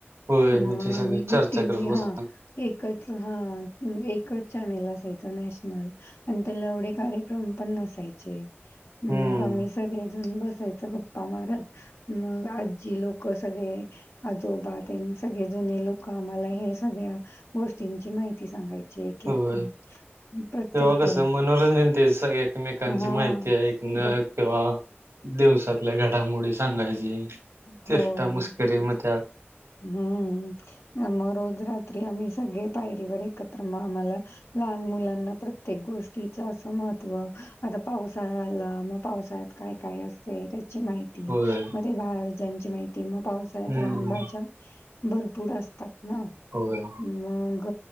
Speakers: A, on the right; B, on the left.
A: होय.
B: म
A: मग ते सगळी
B: मी
A: चर्चा
B: टी व्हि
A: करत
B: हा
A: बसा.
B: एकच हा एकच चॅनेल असायचा नॅशनल आणि त्याला एवढे कार्यक्रम पण नसायचे
A: हं.
B: मग आम्ही सगळेजण बसायचं गप्प प्पा मारत मग आजी लोक सगळे आजोबा त्यानं सगळे जुने लोक आम्हाला हे सगळ्या गोष्टींची माहिती सांगायचे. म्हणजे
A: होय.
B: एकेक प्रत्येक
A: तेव्हा कसं मनोरंजन ते स एकमेकांची
B: हा
A: माहिती ऐकणं
B: ग
A: किंवा दिवसातल्या घडामोडी सांगायची
B: होय.
A: चेष्टा मस्करी म त्यात
B: हम्म <unintelligible> रात्री आम्ही सगळे पायरीवर एकत्र म आम्हाला लहान मुलांना प्रत्येक गोष्टीच असं महत्त्व आता पावसाळा आला मग पावसा त काय काय असते त्याची माहिती ती
A: होय.
B: म ते भाज्यांची माहिती मग पावसाळ्यात
A: हम्म
B: रानभाज्या भरपूर असतात ना.
A: होय.
B: मग